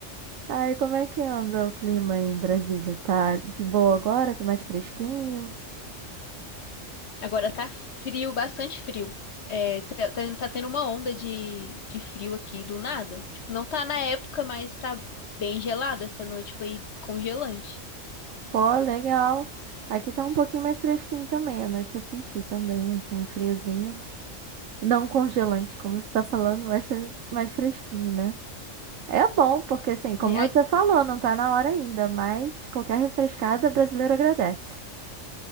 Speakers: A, on the right (about 80°); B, on the left (about 60°).
A: Ai, como é que anda o clima aí em Brasília? Tá de boa agora? Tá mais fresquinho?
B: Agora tá frio, bastante frio. É, tá, tá- tá tendo uma onda de, de frio aqui do nada. Tipo, não tá na época, mas tá bem gelado. Essa noite foi congelante.
A: Pô, legal. Aqui tá um pouquinho mais fresquinho também. À noite eu senti também, assim, um friozinho. Não congelante, como você está falando, mas fe- mais fresquinho, né? É bom, porque assim, como
B: É,
A: você
B: a-
A: falou, não tá na hora ainda, mas qualquer refrescada brasileiro agradece.